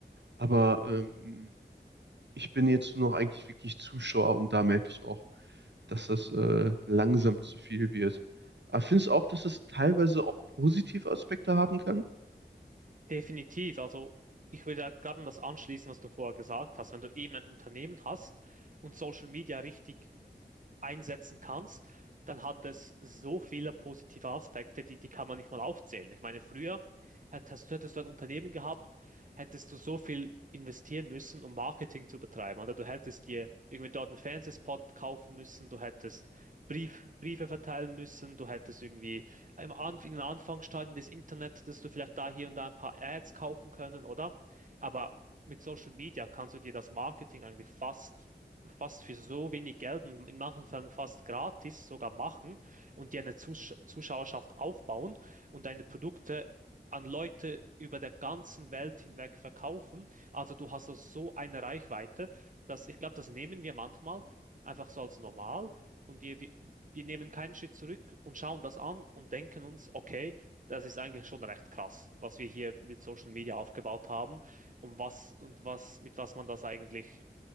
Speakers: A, on the right; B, on the right.
A: Aber ähm, ich bin jetzt nur noch eigentlich wirklich Zuschauer und da merke ich auch, dass das äh, langsam zu viel wird. Aber findest du auch, dass es teilweise auch positive Aspekte haben kann?
B: Definitiv. Also ich würde da gerade an das anschließen, was du vorher gesagt hast. Wenn du eben ein Unternehmen hast und Social Media richtig einsetzen kannst, dann hat es so viele positive Aspekte, die, die kann man nicht mal aufzählen. Ich meine, früher hättest, hättest du ein Unternehmen gehabt, hättest du so viel investieren müssen, um Marketing zu betreiben. Oder du hättest dir irgendwie dort einen Fernsehspot kaufen müssen, du hättest Brief, Briefe verteilen müssen, du hättest irgendwie im An in den Anfangsstadien des Internets, dass du vielleicht da hier und da ein paar Ads kaufen können, oder? Aber mit Social Media kannst du dir das Marketing eigentlich fast fast für so wenig Geld und in manchen Fällen fast gratis sogar machen und die eine Zus Zuschauerschaft aufbauen und deine Produkte an Leute über der ganzen Welt hinweg verkaufen. Also du hast also so eine Reichweite, dass ich glaube, das nehmen wir manchmal einfach so als normal und wir, wir, wir nehmen keinen Schritt zurück und schauen das an und denken uns, okay, das ist eigentlich schon recht krass, was wir hier mit Social Media aufgebaut haben und was und was mit was man das eigentlich